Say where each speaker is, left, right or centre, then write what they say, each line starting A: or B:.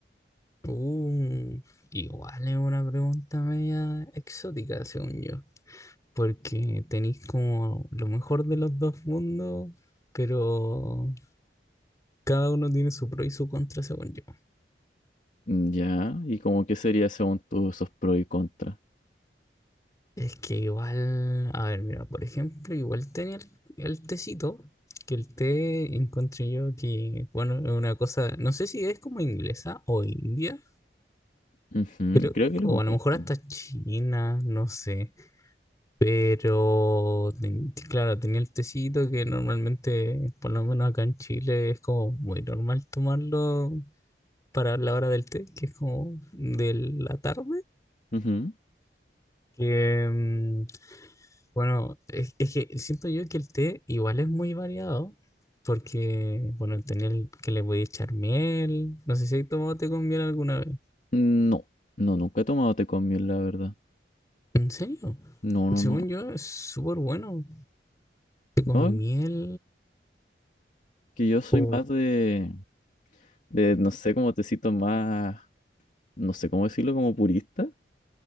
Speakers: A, on the left; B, on the left.
A: Uh, igual es una pregunta media exótica, según yo. Porque tenéis como lo mejor de los dos mundos, pero cada uno tiene su pro y su contra, según yo.
B: Mm, Ya, y como qué sería según tú esos pros y contras.
A: Es que igual, a ver, mira, por ejemplo, igual tenía el, el tecito, que el té encontré yo que, bueno, es una cosa, no sé si es como inglesa o india,
B: Ujú,
A: creo,
B: Creo que lo
A: o
B: comparten.
A: a lo mejor hasta china, no sé. Pero, ten- claro, tenía el tecito que normalmente, por lo menos acá en Chile, es como muy normal tomarlo para la hora del té, que es como de la tarde.
B: Ujú.
A: Que, mm, bueno, es, es que siento yo que el té igual es muy variado, porque, bueno, tenía el que le voy a echar miel. No sé si he tomado té con miel alguna vez.
B: No, no, nunca he tomado té con miel, la verdad.
A: ¿En serio?
B: No, no,
A: Según
B: no.
A: yo, es súper bueno. Té con
B: No,
A: miel
B: que yo soy
A: o...
B: más de, de,
A: ¿Mm?
B: no sé, como tecito más, no sé cómo decirlo, como purista.